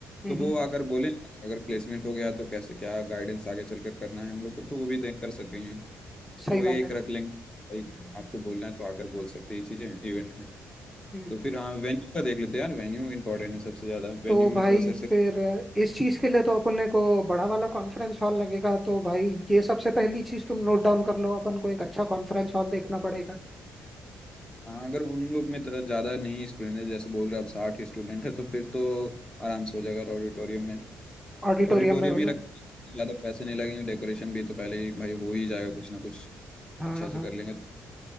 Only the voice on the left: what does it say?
तो वो
आकर बोले अगर प्लेसमेंट हो गया तो कैसे क्या गाइडेंस आगे चलकर करना है हम लोग को तो वो भी देख कर सकते हैं
तो ये
एक
रख लेंगे भाई आपको बोलना है तो आकर बोल सकते हैं ये चीजें इवेंट में
तो फिर हाँ वेन्यू का देख लेते हैं यार वेन्यू इंपॉर्टेंट है सबसे ज्यादा वेन्यू
में
थोड़ा सा ऐसे
हाँ अगर उन लोग में तो ज़्यादा नहीं स्टूडेंट है जैसे बोल रहे हो आप साठ स्टूडेंट है तो फिर तो आराम से हो जाएगा ऑडिटोरियम में तो
ऑडिटोरियम
ही
रख ज़्यादा पैसे नहीं लगेंगे डेकोरेशन भी तो पहले ही भाई हो ही जाएगा कुछ ना कुछ
अच्छा से
कर लेंगे तो